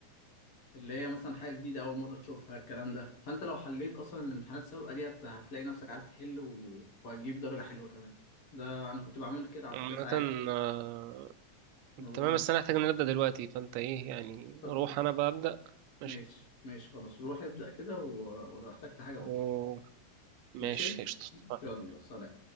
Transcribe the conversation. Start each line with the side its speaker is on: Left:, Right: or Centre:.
Left: اللي هي مثلا حاجة جديدة أول مرة تشوفها الكلام ده فأنت لو حليت أصلا الامتحانات السابقة دي هت- هتلاقي نفسك عارف تحل و... وهتجيب درجة حلوة كمان ده أنا كنت بعمل كده على
Right: عامه
Left: فكرة ساعات
Right: آه،
Left: ما ببقى-
Right: تمام بس انا هحتاج ان أنا ابدا دلوقتي فانت ايه يعني
Left: طب
Right: روح انا بقى ابدا ماشي
Left: ماشي ماشي خلاص روح ابدأ كده و... ولو احتجت حاجة قول
Right: و-
Left: لي.
Right: ماشي
Left: ماشي
Right: قشطة.
Left: يلا سلام